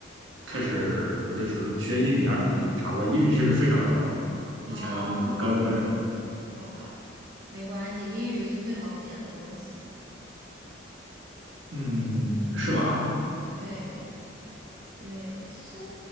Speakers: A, on the right (about 80°); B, on the right (about 50°).
A: 开始就是学英语啊，准备那个啥，我英语确实非常糟糕，以前高中的时候，
B: 哦，好吧，没关系，英语是最好捡的东西。
A: 嗯，是吗？
B: 对对，其实